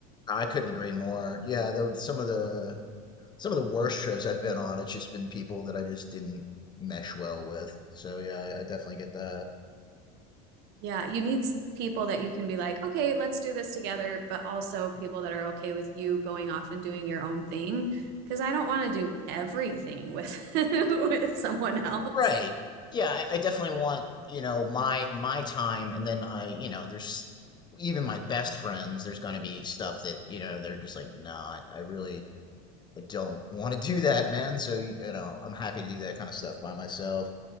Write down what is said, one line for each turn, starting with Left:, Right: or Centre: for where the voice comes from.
Left: I couldn't agree more. Yeah, though some of the some of the worst trips I've been on, it's just been people that I just didn't mesh well with. So yeah, I, I definitely get that.
Right: Yeah, you need s- people that you can be like, okay, let's do this together, but also people that are okay with you going off and doing your own thing. Because I don't want to do everything with <laughs> with someone else.
Left: Right. Yeah, I, I definitely want, you know, my my time and then I, you know, there's even my best friends, there's gonna be stuff that, you know, they're just like, nah, I I really but don't want to do that, man. So, you know, I'm happy to do that kind of stuff by myself.